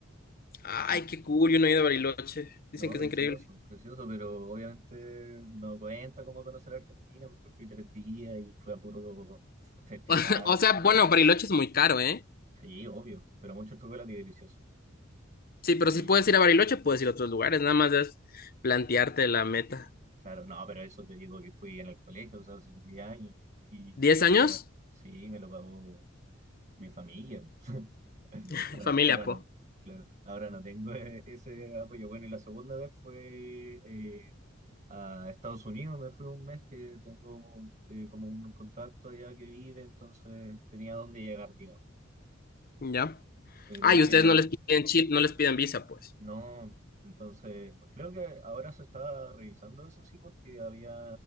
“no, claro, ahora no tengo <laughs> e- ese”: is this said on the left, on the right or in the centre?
Right